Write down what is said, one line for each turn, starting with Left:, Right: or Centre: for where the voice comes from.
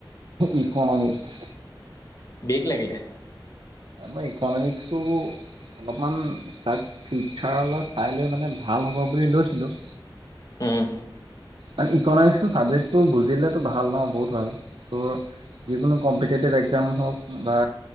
Right: ইকনমিক্স।
Left: বেগ লাগিলে।
Right: মই ইকনমিক্সটো অলপমান তাক ফিউচাৰলৈ চাই লৈ মানে ভাল হ'ব বুলি লৈছিলোঁ।
Left: উম।
Right: মানে ইকনমিক্সৰ চাবজেক্টটো বুজিলেতো ভাল ন বহুত ভাল। যিকোনো কম্পিটিটিভ এক্সাম হওঁক বা